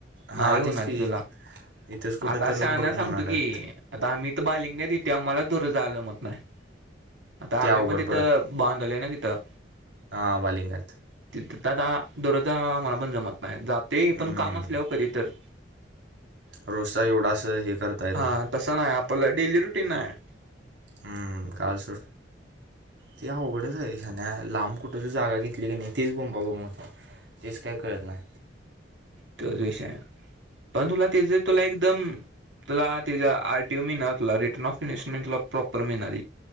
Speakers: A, on the right; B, on the right.
A: हां
B: नाही होणार
A: तेच की
B: ती तुला
A: इथंच कुठं
B: आता
A: तर
B: शाण्या
A: बघ म्हणाल्यात
B: सांगतो की आता आम्ही इथं बालिंग्यात इतूय आम्हालाच दूर जायला जमत नाय. आता
A: ते
B: आम्ही
A: अवघड
B: पण तिथं बांधवले ना तिथं
A: हा बालिंग्यात
B: तिथ त आता दररोज आम्हाला पण जमत नाय जातोय
A: हम्म.
B: पण काम असल्याव कधी तर.
A: रोजसा एवढा असं हे करता येत
B: हा
A: नाय.
B: तसं नाही आपलं डेली रुटीन हाय.
A: हम कळाल सोड. ते अवघडच आहे शान्या लांब कुठं तर जागा घेतली की नाही तीच बोंबाबोंब होत्या. तेच काय कळत नाय.
B: त्योच विषय हाय पण तुला तेज तुला एकदम तुला त्येचा आर टी ओ मिळणार तुला रिटर्न ऑफ इन्हेस्टमेंटल तुला प्रॉपर मिळणार.